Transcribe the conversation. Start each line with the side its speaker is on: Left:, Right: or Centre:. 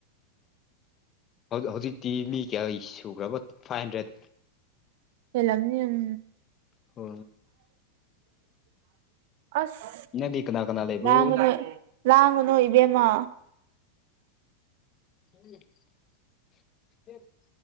Left: ꯍꯧ ꯍꯧꯖꯤꯛꯇꯤ ꯃꯤ ꯀꯌꯥ ꯁꯨꯈ꯭ꯔꯕ ꯐꯥꯏꯚ ꯍꯟꯗ꯭ꯔꯦꯠ
Right: ꯍꯦꯟꯂꯝꯅꯤ ꯎꯝ
Left: ꯑꯣ
Right: ꯑꯁ
Left: ꯅꯪꯗꯤ ꯀꯅꯥ ꯀꯅꯥ ꯂꯩꯕ꯭ꯔꯣ
Right: ꯂꯥꯡꯒꯅꯨ ꯂꯥꯡꯒꯅꯣ ꯏꯕꯦꯝꯃ
Left: <unintelligible>